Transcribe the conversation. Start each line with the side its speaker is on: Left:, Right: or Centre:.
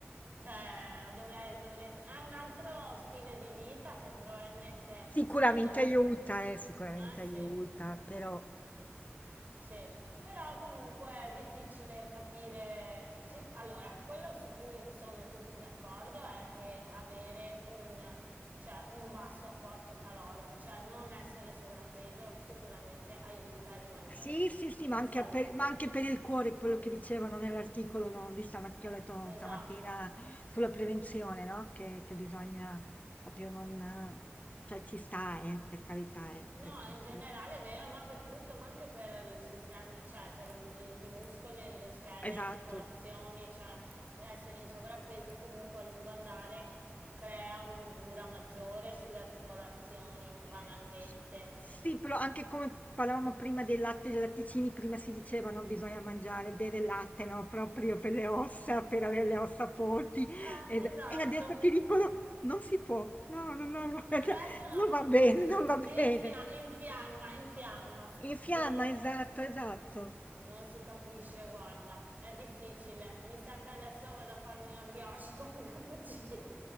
Right: Cioè, dovrei, dovrei... È un altro stile di vita che probabilmente
Left: Sicuramente
Right: per il...
Left: aiuta, eh, sicuramente
Right: Ah sì.
Left: aiuta, però...
Right: Sì, però comunque è difficile capire. sic- allora, quello su cui sono tutti d'accordo è che avere un, cioè, un basso apporto calorico, cioè non essere sovrappeso, sicuramente aiuta a rimanere
Left: Sì, sì, sì,
Right: in
Left: ma anche
Right: salute.
Left: per ma anche per il cuore,
Right: <coughs>
Left: quello che dicevano nell'articolo, no, di stamat che ho letto
Right: Esatto.
Left: stamattina sulla prevenzione, no, che che bisogna proprio non eh, cioè ci sta, eh, per carità, eh,
Right: No,
Left: perché
Right: in generale
Left: eh,
Right: è vero, ma per tutto, ma anche per il sistema, cioè per l- i muscoli, lo scheletro,
Left: esatto.
Right: le articolazioni, cioè essere in sovrappeso comunque a lungo andare crea un'usura maggiore sulle articolazioni, banalmente.
Left: Eh, s sì, però anche come parlavamo prima del latte e dei latticini, prima si diceva, no, bisogna mangiare, bere il latte, no, proprio per le ossa, per avere le ossa forti
Right: Eh,
Left: ed
Right: esatto.
Left: e adesso ti dicono: "Non si può, no, no, no,
Right: No,
Left: <laughs> guarda,
Right: adesso no.
Left: non va bene,
Right: <laughs>
Left: non va
Right: Infia-
Left: bene".
Right: infiamma, infiamma.
Left: Infiamma,
Right: Boh,
Left: esatto, esatto.
Right: non si capisce, guarda, è difficile. Mi sa che adesso vado a farmi una brioche <laughs> con un cappuccino.